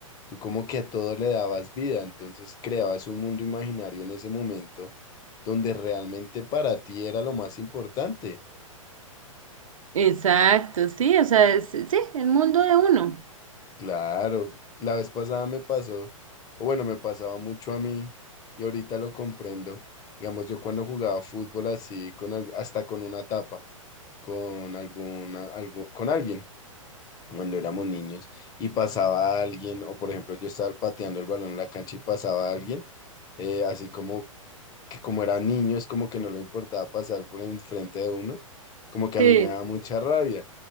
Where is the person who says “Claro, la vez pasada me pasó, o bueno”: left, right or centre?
Left